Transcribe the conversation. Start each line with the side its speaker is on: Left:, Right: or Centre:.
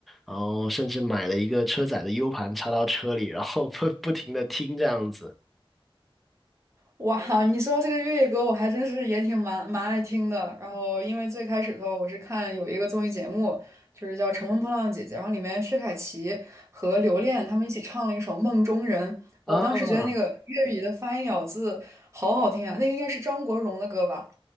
Centre: 然后甚至买了一个车载的 U 盘插到车里，然后不 <laughs> 不停的听这样子
Right: 哇，你说到这个粤语歌，我还真是也挺蛮蛮爱听的。然后，因为最开始的时候，我是看有一个综艺节目，就是叫《乘风破浪的姐姐》，然后里面薛凯琪和刘恋他们一起唱了一首《梦中人》，哦我当时觉得那个粤语的发音咬字好好听啊，
Centre: 啊。
Right: 那个应该是张国荣的歌吧？